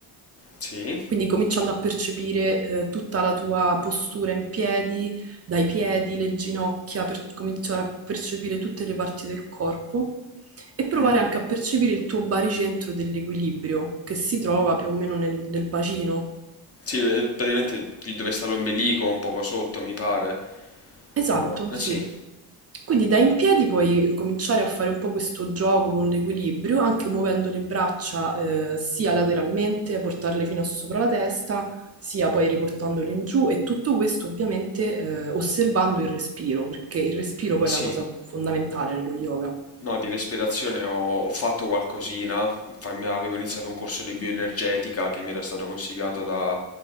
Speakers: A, on the left (about 30°); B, on the right (about 35°).
A: Sì?
B: quindi cominciando a percepire eh, tutta la tua postura in piedi, dai piedi, le ginocchia, per cominciare a percepire tutte le parti del corpo e provare
A: Mm.
B: anche a percepire il tuo baricentro dell'equilibrio che si trova più o meno nel, nel bacino.
A: Sì, eh, praticamente dove sta l'ombelico, un poco sotto, mi pare.
B: Esatto,
A: O no? Eh
B: sì.
A: sì,
B: Quindi da in piedi puoi cominciare a fare un po' questo gioco con l'equilibrio, anche muovendo le braccia eh, sia lateralmente, portarle fino a sopra la testa, sia poi riportandole in giù e tutto questo ovviamente eh, osservando il respiro, perché il respiro poi
A: sì.
B: è la cosa fondamentale nello yoga.
A: No, di respirazione ho, ho fatto qualcosina, Infatti, avevo iniziato un corso di bioenergetica che mi era stato consigliato da,